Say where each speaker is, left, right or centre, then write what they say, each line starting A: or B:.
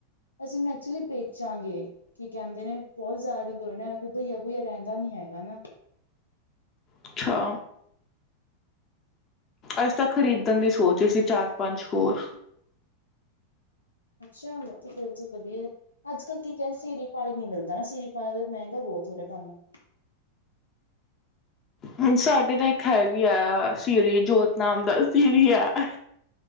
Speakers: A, on the left; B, on the left.
A: ਅਸੀਂ ਐਕਚੁਲੀ ਬੇਚਾਂਗੇ। ਕੀ ਕਹਿੰਦੇ ਨੇ ਬਹੁਤ ਜ਼ਿਆਦਾ ਡੰਗਰ ਹੋ ਜਾਣੇ ਕੋਈ ਬਈਆ- ਬਈਆ ਰਹਿੰਦਾ ਨੀ ਹੈਗਾ ਨਾ।
B: ਅੱਛਾ। ਅਸੀਂ ਤਾਂ ਖਰੀਦਣ ਦੀ ਸੋਚ ਰਹੇ ਸੀ ਚਾਰ-ਪੰਜ ਹੋਰ
A: ਅੱਛਾ, ਬਹੁਤ ਫਿਰ ਤੇ ਵਧੀਐ। ਅੱਜ-ਕੱਲ੍ਹ ਕੀ ਕੈਅ ਸੀਰੀ- ਪਾਲੀ ਨੀਂ ਮਿਲਦਾ ਨਾ ਸੀਰੀ- ਪਾਲੀ ਦਾ ਵੀ ਮੈਂਗਾ ਬਹੁਤ ਹੋ ਰਿਐ ਕੰਮ।
B: ਹਾਂਜੀ ਸਾਡੇ ਨਾ ਇੱਕ ਹੈਗੀ ਐ ਸੀਰੀ ਜੋਤ ਨਾਮ ਦਾ ਸੀਰੀ ਐ ਅਹ।